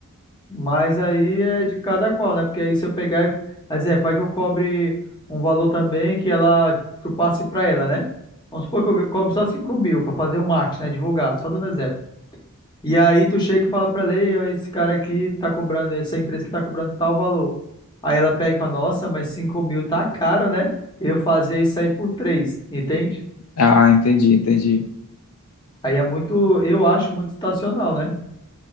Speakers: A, on the left (about 20°); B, on the left (about 75°).
A: Mas aí é de cada qual, né? Porque aí se eu pegar, e- por exemplo, vai que eu cobre um valor também que ela, que eu passe pra ela, né? Vamos supor que eu cobre só cinco mil pra fazer o marketing, né? Divulgar, só dando exemplo. E aí tu chega e fala pra ela, "Ei, ó, esse cara aqui tá cobrando, essa empresa que tá cobrando tal valor. Aí ela pega e fala, nossa, mas cinco mil tá caro, né? Eu fazia isso aí por três, entende?
B: Ah, entendi, entendi.
A: Aí é muito, eu acho muito estacional, né?